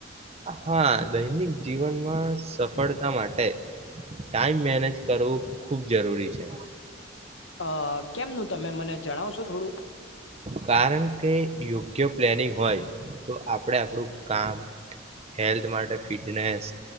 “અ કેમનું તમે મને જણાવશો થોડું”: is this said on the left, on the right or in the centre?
Left